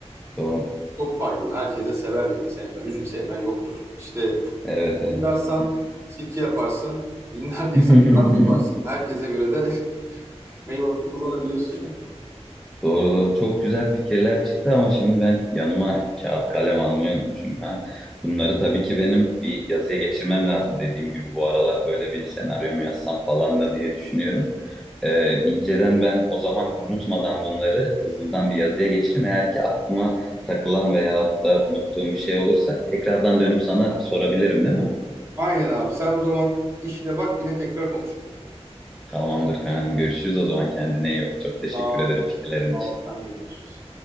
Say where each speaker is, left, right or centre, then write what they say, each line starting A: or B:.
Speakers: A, in the centre; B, on the right.
A: Doğru.
B: Çok faydalı. Herkese sever yani. Sevme, üzüm sevmen yoktur. İşte
A: Evet evet.
B: dinlersen sirke yaparsın. Dinler değilsen
A: <laughs>
B: şarap yaparsın. Herkese göre de <laughs> meyvesini kullanabiliyorsun yani.
A: Doğru doğru. Çok güzel fikirler çıktı ama şimdi ben yanıma kağıt kalem almayı unutmuşum falan. Bunları tabii ki benim bir yazıya geçirmem lazım dediğim gibi bu aralar böyle bir senaryo mu yazsam falan da diye düşünüyorum. Ee, inceden ben o zaman unutmadan bunları hızlıdan bir yazıya geçiririm. Eğer ki aklıma takılan veyahut da unuttuğum bir şey olursa tekrardan dönüp sana sorabilirim değil mi?
B: Aynen abi. Sen o zaman işine bak yine tekrar konuşuruz.
A: Tamamdır Kaan'cığım görüşürüz o zaman kendine iyi bak. Çok teşekkür
B: Tamam.
A: ederim fikirlerin
B: Sağ
A: için.
B: ol. Sen de görüşürüz.